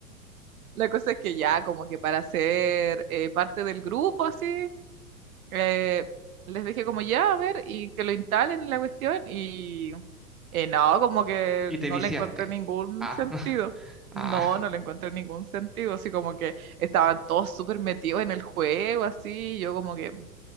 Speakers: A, on the right; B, in the centre.
A: la cosa es que ya, como que para ser eh, parte del grupo, así, eh, les dije como ya, a ver, y que lo instalen la cuestión, y eh, no, como que
B: y te
A: no
B: viciaste.
A: le encontré ningún
B: Ah,
A: sentido.
B: <laughs>
A: No,
B: ah.
A: no le encontré ningún sentido, así como que estaban todos súper metidos en el juego, así, y yo como que,